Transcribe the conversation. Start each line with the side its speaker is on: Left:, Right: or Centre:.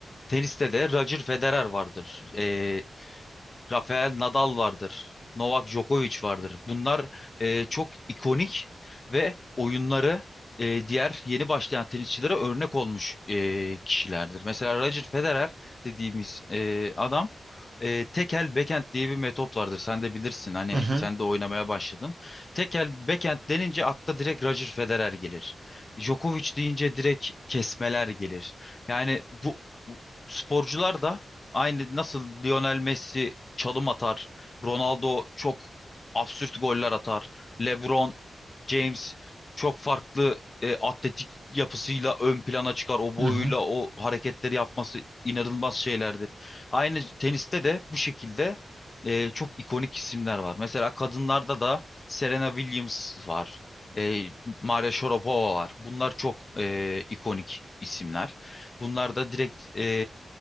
Left: teniste de Roger Federer vardır. E, Rafael Nadal vardır. Novak Djokovic vardır. Bunlar e, çok ikonik ve oyunları e, diğer yeni başlayan tenisçilere örnek olmuş e, kişilerdir. Mesela Roger Federer dediğimiz e, adam e, tekel backhand diye bir metot vardır. Sen de bilirsin. Hani
Right: Hı hı,
Left: sen de oynamaya başladın. Tekel backhand denince akla direkt Roger Federer gelir. Djokovic deyince direkt kesmeler gelir. Yani bu bu sporcular da Aynı nasıl Lionel Messi çalım atar. Ronaldo çok absürt goller atar. LeBron James çok farklı e, atletik yapısıyla ön plana çıkar. O boyuyla
Right: hı hı,
Left: o hareketleri yapması inanılmaz şeylerdir. Aynı teniste de bu şekilde e, çok ikonik isimler var. Mesela kadınlarda da Serena Williams var. E, Maria Sharapova var. Bunlar çok e, ikonik isimler. Bunlar da direkt e,